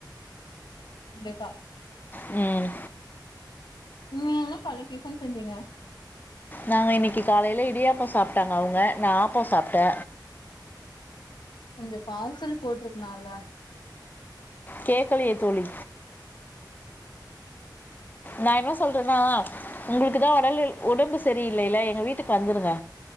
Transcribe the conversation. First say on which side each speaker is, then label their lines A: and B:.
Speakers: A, on the left; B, on the left.
A: இந்தப்ப
B: ம்
A: நீங்க என்ன கால்ல டிஃபன் செஞ்சீங்க
B: நாங்க இன்னைக்கி காலைல இடியாப்ப சாப்ட்டாங்க அவ்ங்க நா ஆப்ப சாப்ட்ட
A: கொஞ்சோ பார்சல் போட்ருக்லால்ல
B: கேக்கலயே தோழி நா என்ன சொல்றன்னா உங்களுக்கு தா உடல்நில் ஒடம்பு சரியில்லைல எங்க வீட்டுக்கு வந்துருங்க